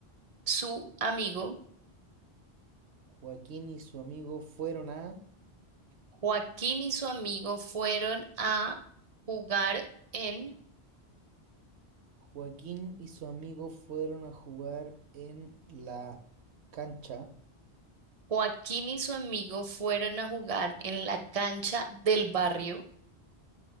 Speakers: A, on the right (about 35°); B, on the right (about 85°).
A: su amigo
B: Joaquín y su amigo fueron a
A: Joaquín y su amigo fueron a jugar en
B: Joaquín y su amigo fueron a jugar en la cancha.
A: Joaquín y su amigo fueron a jugar en la cancha del barrio.